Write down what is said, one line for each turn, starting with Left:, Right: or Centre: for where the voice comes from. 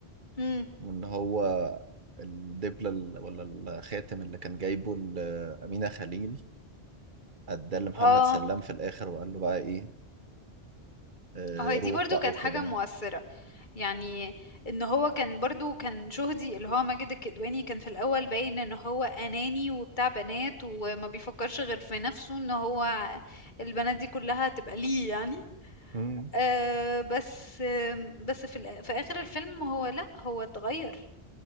Left: إمم،
Right: وإن هو الدبلة ال- ولا الخاتم اللي كان جايبه ال- أمينة خليل اداه لمحمد
Left: آه،
Right: سلام في الاخر وقال له بقى ايه آه
Left: هي دي
Right: روح
Left: برضه
Right: بقى
Left: كانت
Right: وكده
Left: حاجة مؤثّرة، يعني إن هو كان برضه كان شهدي اللي هو ماجد الكدواني كان في الأول باين إن هو أناني وبتاع بنات وما بيفكّرش غير في نَفْسه إن هو البنات دي كُلّها تبقى ليه يعني.
Right: مم.
Left: آآ بس آمم، بس في الآ في آخر الفيلم هو لأ، هو اتغيّر،